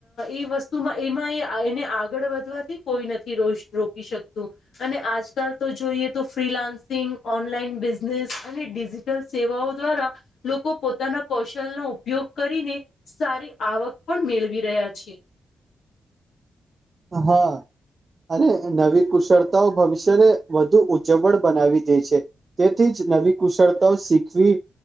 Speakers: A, on the left; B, on the right.
A: એ વસ્તુમાં એમાં. એને આગળ વધવાથી કોઈ નથી <unintelligible> રોકી શકતું અને આજકાલ તો જોઈએ તો ફ્રી. ફન્સિંગ ઓનલાઈન બિઝનેસ અને ડિજિટલ સેવાઓ દ્વારા લોકો પોતાના. કૌશલ નો ઉપયોગ કરીને સારી આવક પણ મેળવી રહ્યા છે.
B: હા. અને નવી કુશળતાઓ ભવિષ્યને વધુ ઉજ્જવળ બનાવી દે છે, તેથી જ. નવી કુશળતાઓ શીખવી.